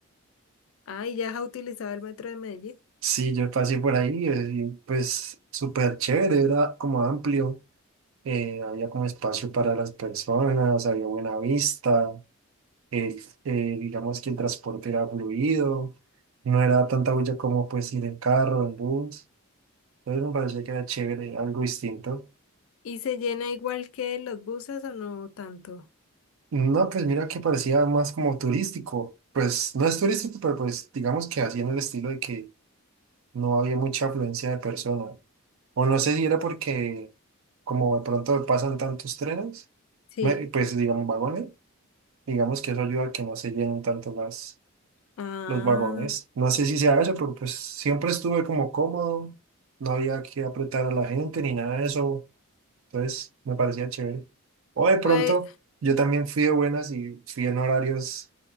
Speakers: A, on the left; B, on the right.
A: Ah, ¿y ya has utilizado el metro de Medellín?
B: Sí, yo pasé por ahí eh, y pues súper chévere, era como amplio, eh, había como espacio para las personas, había buena vista, eh, eh, digamos que el transporte era fluido, no era tanta bulla como pues ir en carro, en bus, entonces me parecía que era chévere, algo distinto.
A: ¿Y se llena igual que los buses o no tanto?
B: No, pues mira que parecía más como turístico, pues no es turístico, pero pues digamos que así en el estilo de que no había mucha afluencia de personas, o no sé si era porque como de pronto pasan tantos trenes,
A: Sí.
B: me- pues digamos vagones, digamos que eso ayuda a que no se llenen tanto las
A: Ah,
B: los vagones. No sé si sea eso, pero pues siempre estuve como cómodo, no había que apretar a la gente ni nada de eso, entonces me parecía chévere. O de pronto,
A: pues,
B: yo también fui de buenas y fui en horarios